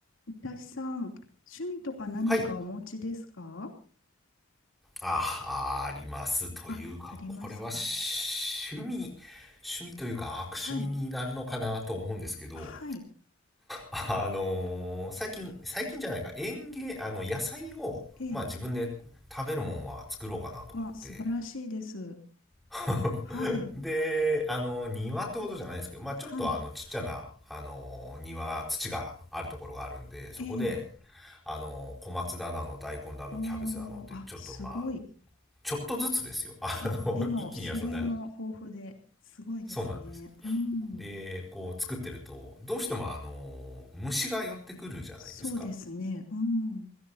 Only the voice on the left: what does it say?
いたしさん、趣味とか何かお持ちですか
あ、ありますか
はい。はい。
ええ。
わ、素晴らしいです。
はい。
はい。
ええ。
おー、
あ、
すごい。
あ、でも、
種類も豊富で、すごいですね。
うん。
そうですね。うん。